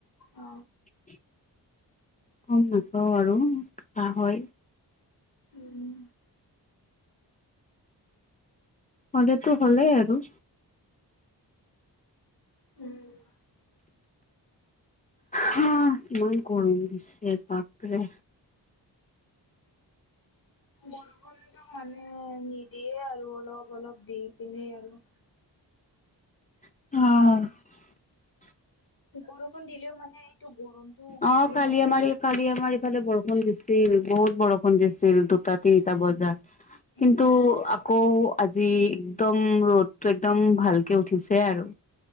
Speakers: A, on the left (about 55°); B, on the left (about 20°).
A: অ
B: গম নাপাওঁ আৰু কা হয়
A: উম
B: হলেতো হলেই আৰু
A: উম
B: হা কিমান গৰম দিছে বাপৰে
A: বৰষুণটো মানে নিদিয়ে আৰু অলপ, অলপ দি পিনে আৰু
B: অ',
A: বৰষুণ দিলও মানে গৰমটো গুচিয়ে
B: অ', ' কালি
A: নাযায়।
B: আমাৰি কালি আমাৰ ইফালে বৰষুণ দিছে দেইলি বহুত বৰষুণ দিছিল দুটা তিনিটা বজাত, কিন্তু
A: উম,
B: আকৌ আজি একদম ৰ'দটো একদম ভালকে উঠিছে আৰু।